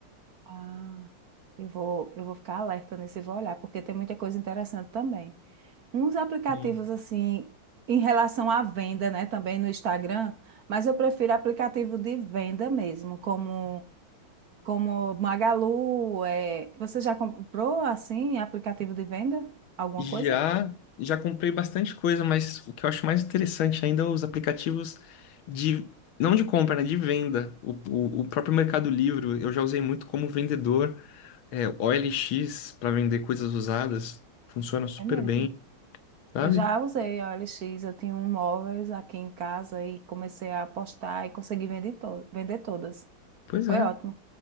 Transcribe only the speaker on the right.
Ah, eu vou, eu vou ficar alerta nisso e vou olhar, porque tem muita coisa interessante também. Uns aplicativos
assim, em relação à venda, né, também no Instagram, mas eu prefiro aplicativo de venda mesmo, como como Magalu, é... você já comprou assim aplicativo de venda? Alguma
coisa?
É mesmo.
Eu já usei a OLX, eu tinha um móveis aqui em casa e comecei a apostar e consegui vender, to vender todas.
Foi
ótimo.